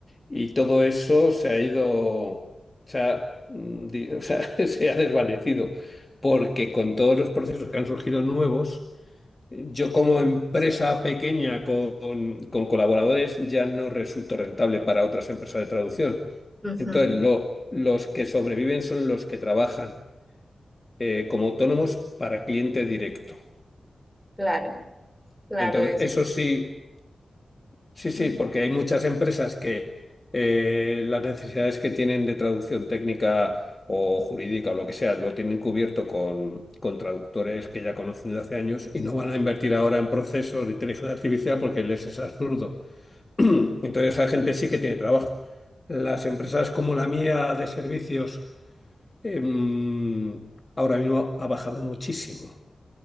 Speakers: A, on the left (about 25°); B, in the centre.
A: y todo eso se ha ido, se ha, mm, di- o sea, <laughs> se ha desvanecido porque con todos los procesos que han surgido nuevos, yo como empresa pequeña con, con colaboradores ya no resulto rentable para otras empresas de traducción.
B: ujú,
A: Entonces, lo- los que sobreviven son los que trabajan eh, como autónomos para cliente directo.
B: claro, claro,
A: Entonces,
B: eso.
A: eso sí, sí,
B: ujú.
A: sí, porque hay muchas empresas que eh, las necesidades que tienen de traducción técnica o jurídica o lo que sea, lo tienen cubierto con, con traductores que ya conocen de hace años y no van a invertir ahora en procesos de inteligencia artificial porque les es absurdo. <clears throat> Entonces, esa gente sí que tiene trabajo. Las empresas como la mía de servicios em, ahora mismo ha bajado muchísimo.